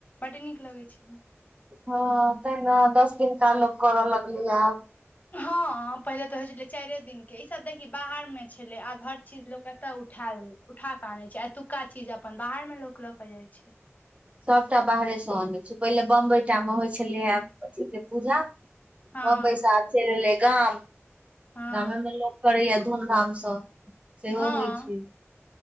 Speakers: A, on the left; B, on the right.
A: बड नीक लगै छैय
B: हॅं तै न दस दिनका लोक करऽ लगलैयै आब
A: हॅं पहिले तऽ होइ छलै चारे दिन के ईसभ देखी बाहर मे छलै आब हर चीज लोक के एतऽ उठैल उठा के आनय छैय आ एतुका चीज अपन बाहर में लोक ल के जाय छैय
B: सबटा बाहरे स अनै छैय पहिले बम्बई टा मे होइ छलैयै अथि के पूजा
A: हँ
B: बम्बईस आब चैल एलै गाम
A: हँ
B: गामे में लोक करैयै धूम धाम स सेहो
A: हँ
B: होइ छैय।